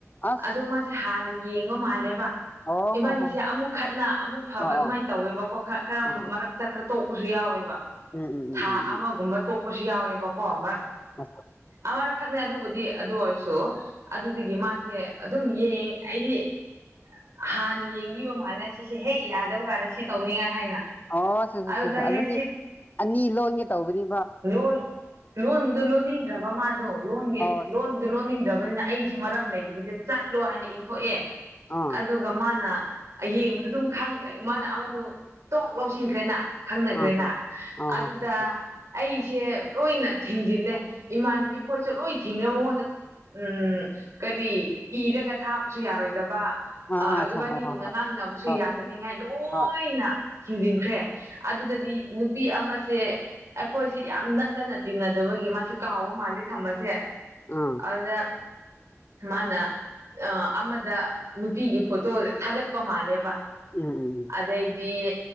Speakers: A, on the left; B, on the right.
A: ꯑꯁ
B: ꯑꯗꯣ ꯃꯥꯁꯦ ꯍꯥꯟꯅ ꯌꯦꯡꯕ ꯃꯥꯜꯂꯦꯕ
A: ꯑꯣ
B: ꯏꯕꯥꯅꯤꯁꯦ
A: ꯍꯣ ꯍꯣ
B: ꯑꯃꯨꯛ ꯈꯠꯅ ꯑꯃꯨꯛ ꯐꯕ
A: ꯑꯣ
B: ꯑꯗꯨꯃꯥꯏꯅ ꯇꯧꯋꯦꯕꯀꯣ ꯈꯔ ꯈꯔ
A: ꯑꯣ ꯑ
B: ꯃꯔꯛꯇ ꯈꯔ ꯇ ꯇꯣꯛꯄꯁꯨ ꯌꯥꯎꯋꯦꯕ
A: ꯎꯝ ꯎꯝ
B: ꯊꯥ
A: ꯎꯝ ꯎꯝ
B: ꯑꯃꯒꯨꯝꯕ ꯇꯣꯛꯄꯁꯨ ꯌꯥꯎꯋꯦꯕ ꯀꯣ
A: ꯎꯝ
B: ꯃꯔ ꯈꯛꯅꯦ ꯑꯗꯨꯕꯨꯗꯤ ꯑꯗꯨ ꯑꯣꯏꯔꯁꯨ ꯑꯗꯨꯗꯒꯤ ꯃꯥꯁꯦ ꯑꯗꯨꯝ ꯌꯦꯡ ꯑꯩꯗꯤ ꯍꯥꯟꯅ ꯌꯦꯡꯕꯤꯕ ꯃꯥꯜꯂꯦ ꯁꯤꯁꯦ ꯍꯦꯛ ꯌꯥꯗꯕ ꯀꯥꯟꯗ ꯁꯤ ꯇꯧꯅꯤꯡꯉꯥꯏ ꯍꯥꯏꯅ
A: ꯑꯣ <unintelligible>
B: ꯑꯗꯨꯗ ꯍꯦꯛ
A: ꯑꯗꯨꯗꯤ
B: ꯁꯤ
A: ꯑꯅꯤ ꯂꯣꯟꯒꯦ ꯇꯧꯕꯅꯤ꯫
B: ꯂꯣꯟ ꯂꯣꯟꯕꯗꯨ ꯂꯣꯟꯅꯤꯡꯗ꯭ꯔꯕ ꯃꯥꯗꯣ ꯂꯣꯟꯒꯤ
A: ꯑꯣ ꯑꯥ
B: ꯂꯣꯟꯕꯗꯨ ꯂꯣꯟꯅꯤꯡ ꯔꯕꯅꯤꯅ ꯑꯩꯁꯤ ꯃꯔꯝ ꯂꯩꯗꯕꯤꯗ ꯆꯠꯂꯣ ꯍꯥꯏꯅ ꯏꯟꯊꯣꯛꯑꯦ
A: ꯑꯥ
B: ꯑꯗꯨꯒ ꯃꯥꯅ ꯌꯦꯡꯕꯗ ꯑꯗꯨꯝ ꯈꯪꯉꯦ ꯃꯥꯅ ꯑꯃꯗꯣ ꯇꯣꯛ ꯂꯧꯁꯤꯟꯈ꯭ꯔꯦꯅ ꯈꯪꯅꯈ꯭ꯔꯦꯅ
A: ꯑꯥ ꯑ
B: ꯑꯗꯨꯗ
A: ꯍꯣꯏ
B: ꯑꯩꯁꯦ ꯂꯣꯏꯅ ꯊꯤꯡꯖꯤꯜꯂꯦ ꯏꯃꯥꯟꯅꯕꯤ ꯈꯣꯏꯁꯨ ꯂꯣꯏ ꯊꯤꯡꯅꯕ ꯃꯉꯣꯟꯗ ꯎꯝ ꯀꯔꯤ ꯏꯔꯒ ꯊꯥꯕꯁꯨ ꯌꯥꯔꯣꯏꯗꯕ
A: ꯑꯥ ꯑꯥ ꯑꯆꯥ
B: ꯕꯥꯅꯤꯒꯨꯝꯅ
A: ꯍ ꯍ ꯍ
B: ꯉꯥꯡꯅꯕꯁꯨ
A: ꯍ
B: ꯌꯥꯗꯅꯤꯡꯉꯥꯏ ꯂꯣꯏꯅ
A: ꯍ ꯑ ꯑ ꯑ
B: ꯊꯤꯡꯖꯤꯟꯈ꯭ꯔꯦ ꯑꯥ ꯑꯗꯨꯗꯗꯤ ꯅꯨꯄꯤ ꯑꯃꯁꯦ ꯑꯩꯈꯣꯏꯁꯦ ꯌꯥꯝ ꯅꯛꯅꯅ ꯇꯤꯟꯅꯗꯕꯒꯤ ꯃꯥꯁꯦ ꯀꯥꯎꯕ ꯃꯥꯜꯂꯤ ꯊꯝꯕꯁꯦ꯫
A: ꯎꯝ
B: ꯑꯗꯨꯗ ꯃꯥꯅ ꯑꯃꯗ ꯅꯨꯄꯤꯒꯤ ꯐꯣꯇꯣ ꯊꯥꯒꯠꯄ ꯃꯥꯜꯂꯦꯕ꯫
A: ꯎꯝ
B: ꯑꯗꯩꯗꯤ